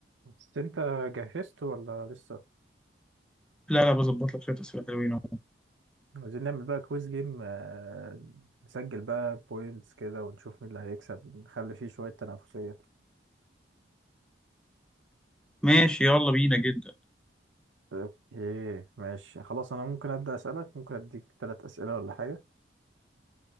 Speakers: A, on the right (about 85°); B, in the centre.
A: بس انت جهزت ولا لسه
B: لا لا بظبط لك شوية أسئلة حلوين أهو
A: عايزين نعمل بقى كويس جيم آه، نسجل بقى بوينتس كده ونشوف مين اللي هيكسب نخلي فيه شوية تنافسية
B: ماشي يلا بينا جدا
A: اوكي ماشي خلاص انا ممكن ابدأ اسألك ممكن اديك ثلاث اسئلة ولا حاجة